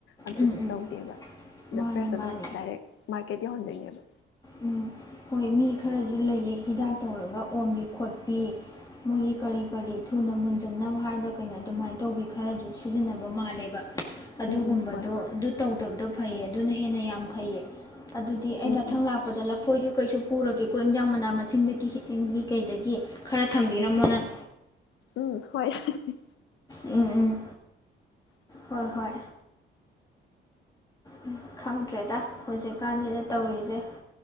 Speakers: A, on the left; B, on the left.
A: ꯑꯗꯨꯗꯤ
B: ꯎꯝ ꯎꯝ
A: ꯇꯧꯗꯦꯕ ꯑꯗ
B: ꯃꯥꯅꯦ
A: ꯐꯔ꯭ꯦꯁ ꯑꯗꯨꯝ
B: ꯃꯥꯅꯦ
A: ꯗꯥꯏꯔꯦꯛ ꯃꯥ ꯀꯦꯠ ꯌꯧꯍꯟꯗꯣꯏꯅꯦꯕ
B: ꯎꯝ ꯍꯣꯏ ꯃꯤ ꯈꯔꯁꯨ ꯂꯩꯌꯦ ꯍꯤꯗꯥꯛ ꯇꯧꯔꯒ ꯑꯣꯝꯕꯤ ꯈꯣꯠꯄꯤ ꯃꯣꯏꯒꯤ ꯀꯔꯤ ꯀꯔꯤ ꯊꯨꯅ ꯃꯨꯟꯖꯟꯅꯕ ꯍꯥꯏꯕ꯭ꯔꯥ ꯀꯩꯅꯣ ꯑꯗꯨꯃꯥꯏꯅ ꯇꯧꯕꯤ ꯈꯔꯁꯨ ꯁꯤꯖꯤꯟꯅꯕ ꯃꯥꯜꯂꯦꯕ ꯑꯗꯨꯒꯨꯝꯕꯗꯣ
A: ꯎꯝ ꯎꯝ ꯍꯣꯏ
B: ꯑꯗꯨ ꯇꯧꯗꯕꯗꯣ ꯐꯩꯌꯦ ꯑꯗꯨꯅ ꯍꯦꯟꯅ ꯌꯥꯝ ꯐꯩꯌꯦ ꯑꯗꯨꯗꯤ ꯑꯩ
A: ꯎꯝ
B: ꯃꯊꯪ
A: ꯎꯝ
B: ꯂꯥꯛꯄ
A: ꯍꯣꯏ
B: ꯂꯐꯣꯏꯁꯨ ꯀꯩꯁꯨ ꯄꯨꯔꯒꯦꯀꯣ ꯏꯟꯖꯥꯡ ꯃꯅꯥ ꯃꯁꯤꯡꯗꯒꯤ ꯀꯩꯗꯒꯤ ꯈꯔ ꯊꯝꯕꯤꯔꯝꯃꯣ
A: ꯎꯝ
B: ꯅꯪ
A: ꯎꯝ ꯍꯣꯏ ꯍꯤ ꯍꯤ ꯍꯤ
B: ꯎꯝ ꯎꯝ ꯍꯣꯏ ꯍꯣꯏ ꯎꯝ ꯈꯪꯗ꯭ꯔꯦꯗ ꯍꯧꯖꯤꯛꯀꯥꯟꯁꯤꯗ ꯇꯧꯔꯤꯁꯦ